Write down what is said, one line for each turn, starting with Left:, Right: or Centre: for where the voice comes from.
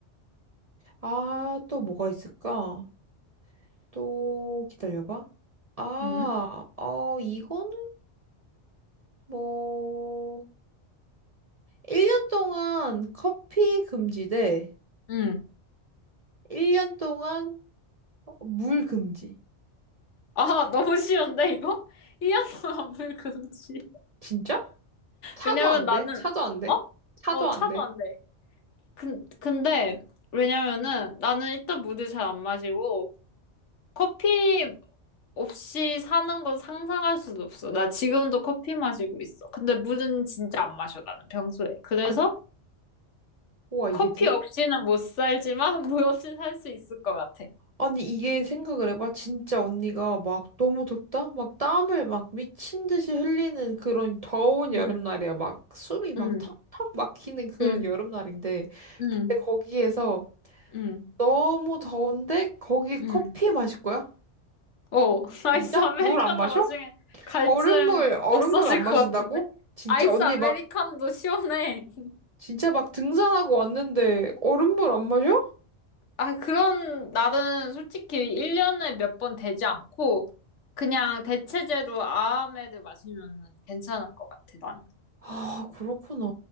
Right: 아, 또 뭐가 있을까? 또 기다려봐. 아,
Left: 응?
Right: 어, 이거는 뭐 1년 동안 커피 금지 대
Left: 응.
Right: 1년 동안 물 금지.
Left: 아, 너무 쉬운데 이거? 1년 동안 불금지.
Right: 진짜? 차도
Left: 왜냐면
Right: 안
Left: 나는
Right: 돼? 차도 안 돼?
Left: 어?
Right: 차도
Left: 어,
Right: 안
Left: 차도
Right: 돼.
Left: 안 돼. 근, 근데 왜냐면은 나는 일단 물을 잘 안 마시고 커피 없이 사는 건 상상할 수도 없어. 나 지금도 커피 마시고 있어. 근데 물은 진짜 안 마셔, 나는 평소에. 그래서
Right: 아니, 우와, 이게
Left: 커피
Right: 돼?
Left: 없이는 못 살지만 <laughs> 물 없이 살 수 있을 것 같아.
Right: 아니, 이게 생각을 해봐. 진짜 언니가 막 너무 덥다? 막 땀을 막 미친 듯이 흘리는 그런 더운 여름날이야.
Left: 응,
Right: 막 숨이 막
Left: 응,
Right: 턱턱 막히는 그런
Left: 응,
Right: 여름날인데.
Left: 응,
Right: 근데 거기에서
Left: 응,
Right: 너무 더운데 거기
Left: 응.
Right: 커피 마실 거야?
Left: 오, <laughs> 아이스
Right: 진짜?
Left: 아메리카노
Right: 물 안 마셔?
Left: 와중에 갈증
Right: 얼음물, 얼음물
Left: 없어질
Right: 안 마신다고?
Left: 것 같은데?
Right: 진짜
Left: 아이스
Right: 언니
Left: 아메리카노도
Right: 막,
Left: 시원해. <laughs>
Right: 진짜 막 등산하고 왔는데 얼음물 안 마셔?
Left: 아, 그런 날은 솔직히 1년에 몇 번 되지 않고 그냥 대체제로 아메드 마시면 괜찮을 것 같아, 나는.
Right: 아, 그렇구나.